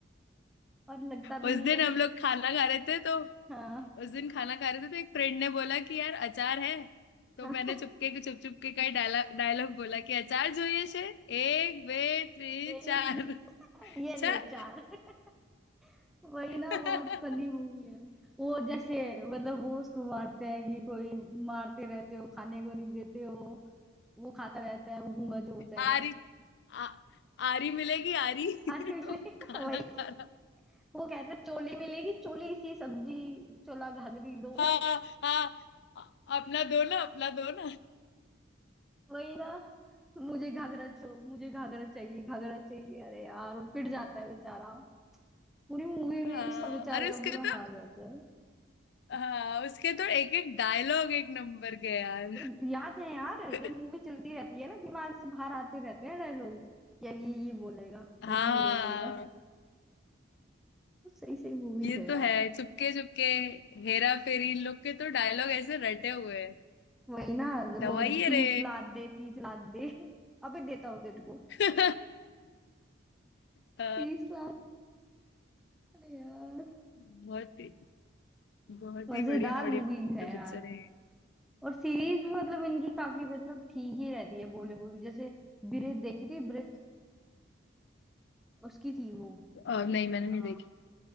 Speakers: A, in the centre; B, on the left.
A: और लगता भी
B: उस
A: नहीं
B: दिन
A: है
B: हम
A: कि
B: लोग खाना खा रहे थे तो
A: हाँ
B: उस दिन खाना खा रहे थे तो एक फ्रेंड ने बोला कि यार अचार है तो
A: हाँ,
B: मैंने चुपके चुप चुप के कई डायलॉग डायलॉग बोला कि अचार જોઈએ છે एक बे त्रे
A: <laughs> एक-
B: चार
A: ये
B: चार
A: ले चार <laughs> वही
B: <laughs>
A: ना बहुत फनी मूवी है वो जैसे मतलब वो उसको मारते हैं कि कोई मारते रहते हो खाने को नहीं देते हो वो खाता रहता है वो गूंगा जो होता है
B: आरी आ, आरी मिलेगी आरी <laughs>
A: अरे <laughs>
B: खाना
A: वही
B: खा रहा
A: वो कहता है चोली मिलेगी चोली सी सब्जी चोला घाघरी दो
B: हाँ हाँ अ- अपना दो ना अपना दो ना
A: वही ना मुझे घाघरा चो मुझे घाघरा चाहिए घाघरा चाहिए अरे यार पिट जाता है बेचारा पूरी मूवी
B: <laughs>
A: में
B: हाँ
A: ही उसका बेचारे
B: अरे
A: का
B: उसके
A: बुरा
B: तो
A: हाल रहता
B: हाँ उसके तो एक एक डायलॉग एक नंबर के यार
A: है याद है यार
B: <laughs>
A: जब मूवी चलती रहती है ना दिमाग से बाहर आते रहते हैं डायलॉग कि अब ये ये बोलेगा
B: हाँ
A: अब ये ये बोलेगा तो सही सही मूवीज
B: ये
A: है
B: तो
A: यार
B: है चुपके चुपके हेरा फेरी इन लोग के तो डायलॉग ऐसे रटे हुए हैं
A: वही ना
B: दवाइए
A: वो तीस
B: रे
A: लात दे तीस लात दे अबे देता हूँ तेरे को
B: <laughs> अ,
A: तीस लात अरे यार
B: बहुत ही बहुत
A: मजेदार
B: ही बढ़िया बढ़िया
A: मूवी है
B: पिक्चर
A: यार
B: है
A: और सीरीज भी मतलब इनकी काफी मतलब ठीक ही रहती है बॉलीवुड की। जैसे ब्रीथ देखी थी ब्रीथ उसकी थी वो
B: और नहीं मैंने नहीं
A: अ,
B: देखी